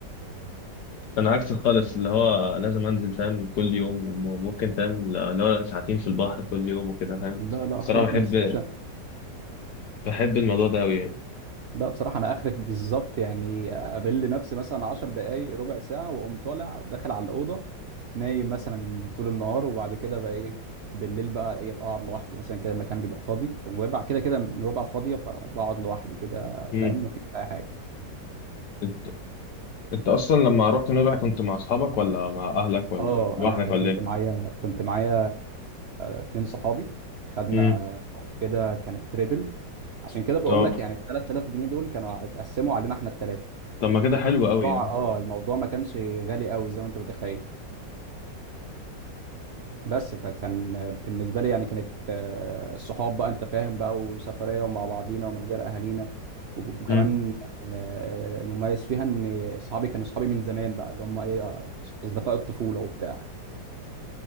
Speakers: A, on the left; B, on the right.
A: انا عكسك خالص اللي هو لازم انزل فاهم كل يوم وممكن فاهم اللي هو ساعتين في البحر كل يوم وكده فاهم
B: لا لا
A: الصراحه
B: خالص
A: بحب
B: مش-
A: بحب الموضوع ده قوي يعني
B: لا بصراحه انا اخرف بالظبط يعني اقابل نفسي مثلا 10 دقائق ربع ساعه واقوم طالع داخل على الاوضه نايم مثلا طول النهار وبعد كده بقى ايه بالليل بقى ايه ابقى اقعد لوحدي مثلا كده المكان بيبقى فاضي في نويبع كده كده نويبع فاضيه فبقعد لوحدي كده
A: مم.
B: فاهم مفيش اي حاجه
A: انت انت اصلا لما رحت نويبع كنت مع اصحابك ولا مع اهلك ولا
B: اه
A: لوحدك
B: انا
A: ولا
B: كنت
A: ايه
B: معايا كنت معايا اتنين صحابي خدنا
A: امم
B: كده كانت تريبل عشان كده بقول
A: اه
B: لك يعني ال 3000 جنيه دول كانوا اتقسموا علينا احنا الثلاثه
A: طب ما كده
B: فكان
A: حلو
B: الموضوع
A: قوي يعني
B: اه الموضوع ما كانش غالي قوي زي ما انت متخيل بس فكان بالنسبه لي يعني كانت آه، الصحاب بقى انت فاهم بقى وسفريه ومع بعضينا ومن غير اهالينا وكمان
A: امم
B: آه، المميز فيها ان صحابي كانوا صحابي من زمان بقى اللي هم ايه آه، اصدقاء الطفوله وبتاع